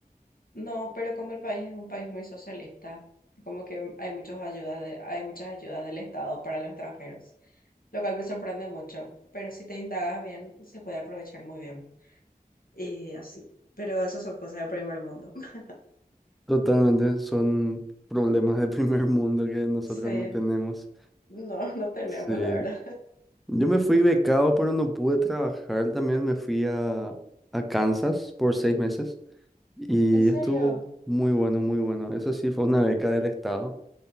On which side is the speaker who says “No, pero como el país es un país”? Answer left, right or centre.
Left